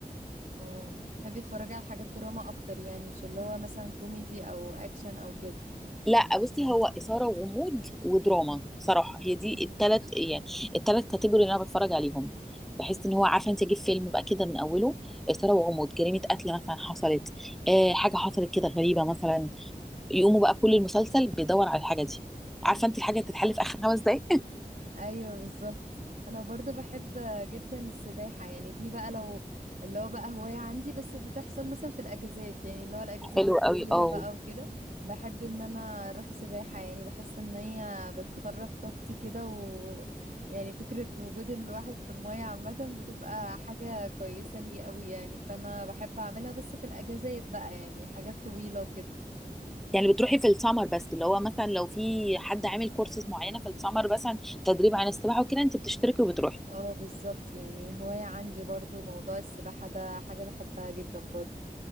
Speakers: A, on the right; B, in the centre.
A: اه بتحبي تتفرجي على حاجات دراما اكتر يعني مش اللي هو مثلا كوميدي او اكشن او كده
B: لا بصي هو اثاره وغموض ودراما صراحه هي دي
A: مم.
B: الثلاث يعني الثلاث كاتيجوري اللي انا بتفرج عليهم بحس ان هو عارفه انت اجيب فيلم بقى كده من اوله اثاره وغموض جريمه قتل مثلا حصلت آه حاجه حصلت كده غريبه مثلا يقوموا بقى كل المسلسل بيدور على الحاجه دي عارفه
A: مم.
B: انت الحاجه اللي بتتحل في اخر خمس دقايق
A: ايوه بالظبط انا برضو بحب جدا السباحه يعني دي بقى لو اللي هو بقى هوايه عندي بس بتحصل مثلا في الاجازات يعني اللي هو الاجازات
B: <laughs> حلو
A: الكبيره
B: قوي اه
A: بقى وكده بحب ان انا اروح سباحه يعني بحس ان هي بتخرج طاقتي كده و يعني فكره وجود الواحد في الميه عامه بتبقى حاجه كويسه لي قوي يعني فانا بحب اعملها بس في الاجازات بقى يعني حاجات طويله وكده
B: يعني بتروحي في السمر بس اللي هو مثلا لو في حد عامل كورسز معينه في السمر مثلا تدريب عن السباحه وكده انت بتشتركي وبتروحي
A: اه بالظبط يعني هوايه عندي برضو موضوع السباحه ده حاجه بحبها جدا برضو